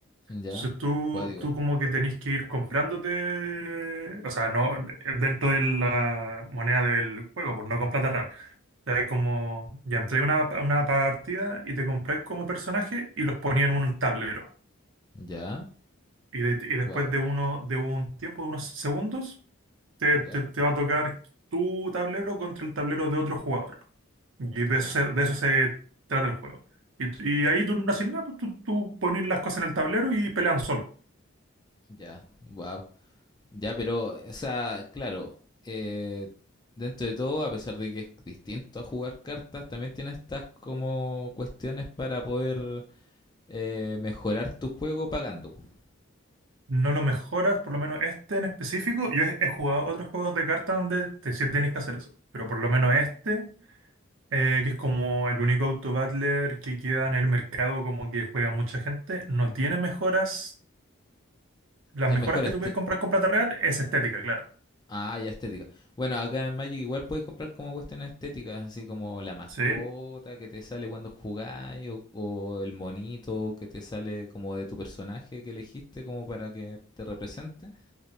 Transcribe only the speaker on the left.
ya,
cuádigo,
ya,
wow,
ya,
ya,
ya, wow. Ya, pero, o sea, claro, eh, dentro de todo, a pesar de que es distinto a jugar cartas, también tiene estas como cuestiones para poder eh, mejorar tu juego pagando. po.
Es
mejor
este.
Ah, ya estética. Bueno, acá en Magic igual puedes comprar como cuestiones estéticas, así como la mascota
que te sale cuando jugáis, o, o el monito que te sale como de tu personaje que elegiste como para que te represente